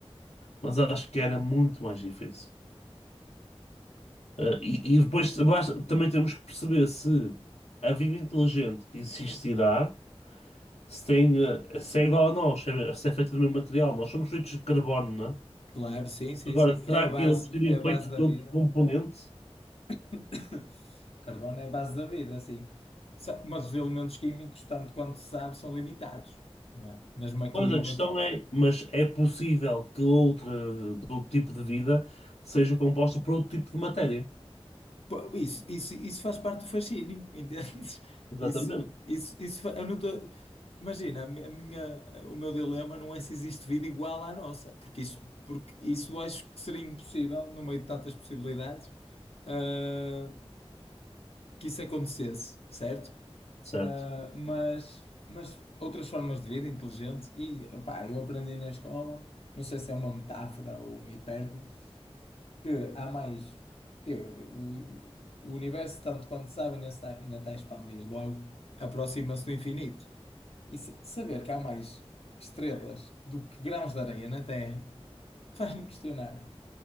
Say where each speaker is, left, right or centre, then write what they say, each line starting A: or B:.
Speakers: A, on the left; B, on the left.
A: Mas acho que era muito mais difícil. Ah, e, e depois basta- também temos que perceber se a vida inteligente que existirá. Se tem, eh, se é igual a nós, se é, se é feito do mesmo material, nós somos feitos de carbono, não é?
B: Claro, sim, sim,
A: Agora,
B: sim.
A: será
B: É a base,
A: que eles seriam
B: é a base
A: feitos de
B: da vida.
A: outro componente?
B: <coughs> Carbono é a base da vida, sim. Sa- Mas os elementos químicos, tanto quanto se sabe, são limitados, não é? Mesmo aqui
A: Pois a
B: ou
A: questão
B: noutro
A: é, mas é possível que outra, outro tipo de vida seja composta por outro tipo de matéria.
B: Pô, Isso, isso, isso faz parte do fascínio, <laughs> entendes?
A: Exatamente.
B: Isso, isso, isso, fa- eu não tô... Imagina, a mi- a minha, o meu dilema não é se existe vida igual à nossa, porque isso, porque isso acho que seria impossível, no meio de tantas possibilidades, ah, que isso acontecesse, certo?
A: Certo.
B: Ah, mas, mas outras formas de vida inteligente, e opá, eu aprendi na escola, não sei se é uma metáfora ou uma hipérbole, que há mais. eu- o, o- o universo, tanto quanto sabe, ainda está, ainda está a expandir, logo aproxima-se do infinito. E sa- saber que há mais estrelas do que grãos de areia na Terra <laughs> faz-me questionar.